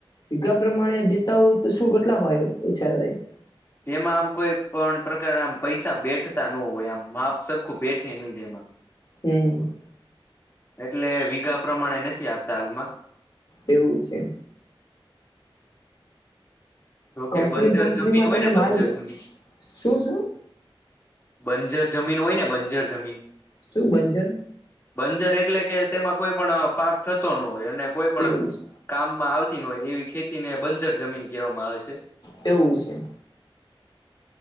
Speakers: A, on the left (about 55°); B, on the left (about 25°).
A: ભીગા પ્રમાણે દેતા હોય તો શું કેટલા <unintelligible> ઓછા થાય
B: એમાં આમ કોઈ પણ પ્રકાર આમ પૈસા બેઠતા ન હોય આમ માપ સરખું બેઠે નહી જ એમ. હ.
A: હમ.
B: એટલે વીઘા પ્રમાણે નથી આપતા હાલમાં.
A: એવું છે.
B: જોકે
A: કંપની
B: બંજર
A: બંપનીમાં
B: જમીન હોય
A: તમે
B: ને બંજર
A: માલ દેવ
B: જમીન
A: શું શું?
B: બંજર જમીન હોય ને બંજર જમીન.
A: શું બંજર.
B: બંજર એટલે કે તેમાં કોઈ પણ પાક થતો ન હોય અને કોઈ પણ.
A: એવું છે
B: કામમાં આવતી ન હોય એવી ખેતી ને બંજર જમીન કહેવામાં આવે છે.
A: એવું છે.